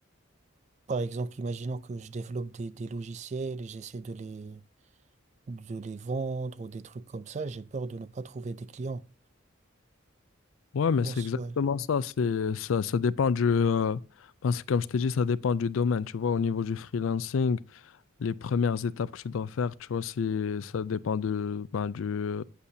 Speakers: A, on the right; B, on the left.
A: Par exemple, imaginons que je développe des, des logiciels et j'essaie de les, de les vendre ou des trucs comme ça, j'ai peur de ne pas trouver des clients.
B: Ouais, mais
A: Je pense,
B: c'est exactement
A: ouais.
B: ça. C'est, ça, ça dépend du, euh, parce que comme je t'ai dit, ça dépend du domaine, tu vois, au niveau du freelancing. les premières étapes que tu dois faire, tu vois, si ça dépend de, ben, du,